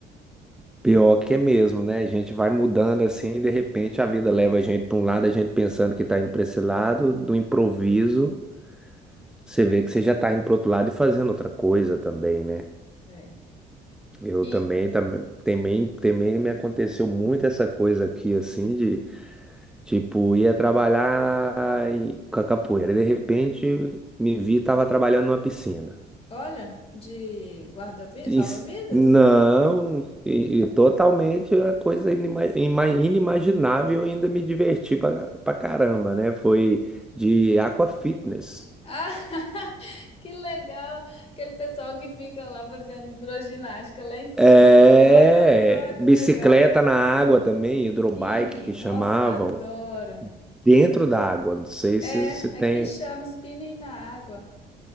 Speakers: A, in the centre; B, on the left.
A: pior que é mesmo, né? A gente vai mudando assim, e de repente a vida leva a gente para um lado, a gente pensando que tá indo para esse lado, do improviso, você vê que você já tá indo pro outro lado e fazendo outra coisa também, né?
B: É.
A: Eu
B: E
A: também, também, também, também me aconteceu muito essa coisa aqui, assim, de Tipo, ia trabalhar em- com a capoeira. De repente, me vi, tava trabalhando numa piscina.
B: olha, de guarda-vidas,
A: Ins-
B: salva-vidas?
A: Não, e- e totalmente a coisa inima- ima- inimaginável ainda me diverti pra, pra caramba, né? Foi de aquafitness.
B: Ah, <laughs> que legal! Aquele pessoal que fica lá fazendo hidroginástica lá em cima.
A: É,
B: Olha só
A: bicicleta
B: que legal!
A: na água também, hidrobike
B: Spinning,
A: que chamavam,
B: nossa, adoro!
A: dentro da água. Não sei
B: É,
A: se, se tem.
B: aqui chama spinning na água.